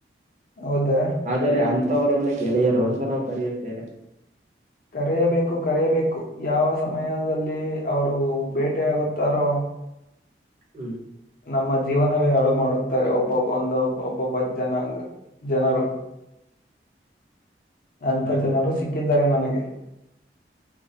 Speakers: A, on the left; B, on the right.
A: ಹೌದಾ
B: ಆದರೆ ಅಂಥವರನ್ನೇ ಗೆಳೆಯರು ಅಂತ ನಾವವು ಕರೆಯುತ್ತೇವೆ
A: ಕರೆಯಬೇಕು ಕರೆಯಬೇಕು ಯಾವ ಸಮಯದಲ್ಲಿ ಅವರು ಬೇಟೆಯಾಗುತ್ತಾರೋ
B: ಹ್ಮ್
A: ನಮ್ಮ ಜೀವನವೇ ಹಾಳು ಮಾಡುತ್ತಾರೆ ಒಬ್ಬೊಬ್ಬ ಒಂದಬ್ ಒಬ್ಬೊಬ್ಬ ಜನಾಗ ಜನರು ಅಂಂತ
B: ಹಾಗೆ
A: ಜನರು ಸಿಕ್ಕಿದ್ದಾರೆ ನನಗೆ